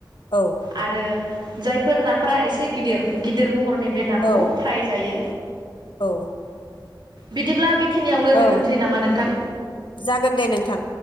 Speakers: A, on the left (about 65°); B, on the right (about 65°).
A: औ
B: आरो जायफोर नाफोरा एसे गिदिर गिदिर म हरनि बे नाखौ
A: औ
B: फ्राय जायो।
A: औ
B: बिदिब्ला बे बे खिनियावनो
A: औ
B: दोनथ'नोसै नामा नोंथां?
A: जागोन दे नोंथां